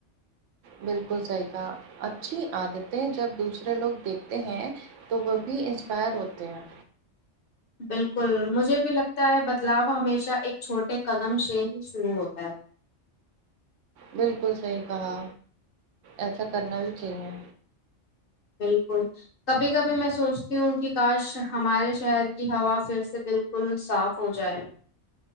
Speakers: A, on the right; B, on the left.
A: بالکل صحیح کہا اچھی عادتیں جب دوسرے لوگ دیکھتے ہیں تو وہ بھی انسپائر ہوتے ہیں
B: بالکل مجھے بھی لگتا ہے بدلاؤ ہمیشہ ایک چھوٹے قدم سے ہی شروع ہوتا ہے
A: بالکل صحیح کہا ایسا کرنا بھی چاہیے
B: بالکل کبھی کبھی میں سوچتی ہوں کہ کاش ہمارے شہر کی ہوا پھر سے بالکل صاف ہو جائے